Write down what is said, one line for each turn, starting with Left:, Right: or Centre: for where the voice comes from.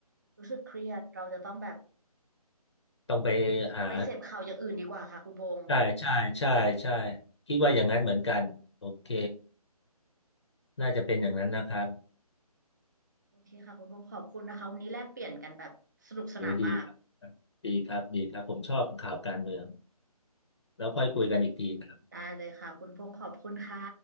Right: รู้สึกเครียดเราจะต้องแบบ
Left: ต้องไปหา
Right: ไปเสพข่าวอย่างอื่นดีกว่าค่ะคุณพงษ์
Left: ใช่ใช่ใช่ใช่คิดว่าอย่างนั้นเหมือนกันโอเคน่าจะเป็นอย่างนั้นนะครับ
Right: โอเคค่ะคุณพงษ์ขอบคุณนะคะวันนี้แลกเปลี่ยนกันแบบสนุกสนานมาก
Left: โหดีครับดีครับดีครับผมชอบข่าวการเมืองแล้วค่อยคุยกันอีกทีครับ
Right: อ่ะได้เลยค่ะคุณพงษ์ขอบคุณค่ะ